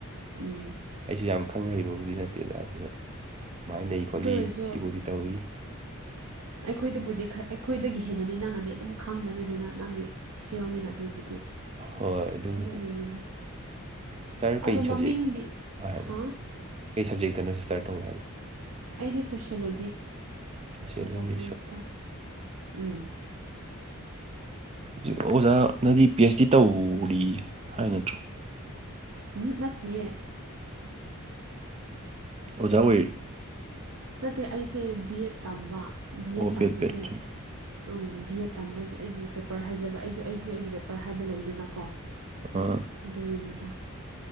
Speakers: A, on the right; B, on the right.
A: ꯎꯝ
B: ꯑꯩꯁꯨ ꯌꯥꯝ ꯈꯪ ꯍꯩꯕꯕꯨꯗꯤ ꯅꯠꯇꯦꯗ ꯑꯗꯨꯅ ꯁꯨꯃꯥꯏꯅ ꯂꯩ ꯈꯣꯠꯂꯤ
A: ꯑꯗꯨ ꯑꯣꯏꯔꯁꯨ
B: ꯁꯤꯕꯨꯗꯤ ꯇꯧꯏ
A: ꯑꯩꯈꯣꯏꯗꯕꯨꯗꯤ ꯈꯔ ꯑꯩꯈꯣꯏꯗꯒꯤ ꯍꯦꯟꯅꯗꯤ ꯅꯪꯅꯗꯤ ꯑꯗꯨꯝ ꯈꯪꯒꯅꯤꯗꯅ ꯅꯪꯒꯤ ꯐꯤꯜꯅꯤꯅ ꯑꯗꯨꯕꯨꯗꯤ
B: ꯍꯣꯏ ꯑꯗꯨꯕꯨꯗꯤ
A: ꯑꯗꯨꯒꯤꯅꯤꯗ
B: ꯁꯤꯁꯇꯔ
A: ꯑꯗꯣ
B: ꯀꯩ
A: ꯃꯃꯤꯡꯗꯤ
B: ꯁꯕꯖꯦꯛ ꯍꯥꯏꯅꯣ
A: ꯍꯥ
B: ꯀꯩ ꯁꯞꯖꯦꯛꯇꯅꯣ ꯁꯤꯁꯇꯥꯔ ꯇꯧꯋꯦ ꯍꯥꯏꯕꯗꯣ
A: ꯑꯩꯗꯤ ꯁꯣꯁꯤꯌꯣꯂꯣꯖꯤ
B: ꯁꯣꯁꯤꯌꯣꯂꯣꯖꯤ
A: ꯁꯣꯁꯦꯜ ꯁꯥꯏꯟꯁꯇ ꯎꯝ
B: ꯍꯧꯖꯤꯛ ꯑꯣꯖꯥꯅꯗꯤ ꯄꯤ ꯑꯩꯆ ꯗꯤ ꯇꯧꯔꯤ ꯍꯥꯏ ꯅꯠꯇ꯭ꯔꯣ
A: ꯍꯨꯝ ꯅꯠꯇꯤꯌꯦ
B: ꯑꯣꯖꯥ ꯑꯣꯏꯔꯤꯔꯣ
A: ꯅꯠꯇꯦ ꯑꯩꯁꯦ ꯕꯤ ꯑꯦꯠ ꯇꯝꯕ ꯕꯤ ꯑꯦꯠ
B: ꯑꯣ
A: ꯇꯝꯕꯁꯦ
B: ꯕꯦꯠ ꯕꯦꯠ ꯆꯨꯝꯃꯦ
A: ꯑꯝ ꯕꯤ ꯑꯦꯗ ꯇꯝꯕꯒꯤ ꯑꯩꯒꯤ ꯄꯦꯄꯔ ꯍꯥꯏꯖꯕ ꯑꯩꯁꯨ ꯑꯩꯁꯨ ꯑꯩꯒꯤ ꯄꯦꯄꯔ ꯍꯥꯏꯕ ꯂꯩꯗꯅꯀꯣ
B: ꯑꯥ
A: ꯑꯗꯨꯒꯤꯅꯤꯗ